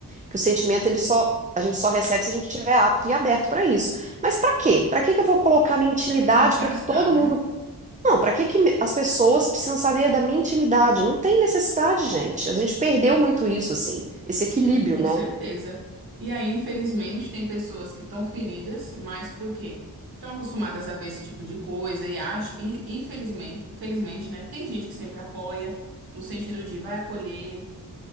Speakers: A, on the right; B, on the right.
A: que o sentimento ele só A gente só recebe se a gente estiver apto e aberto pra isso. Mas pra quê? Pra que que eu vou colocar minha intimidade
B: Vai ter que se desgastar,
A: pra que todo
B: né?
A: mundo não, para que que me- as pessoas precisam saber da minha intimidade? Não tem necessidade, gente. A gente perdeu muito isso, assim, esse equilíbrio,
B: Com
A: né?
B: certeza. E aí, infelizmente, tem pessoas que estão feridas, mas por quê? Estão acostumadas a ver esse tipo de coisa e acho, e infelizmente, infelizmente, né? Tem gente que sempre apoia, no sentido de vai acolher.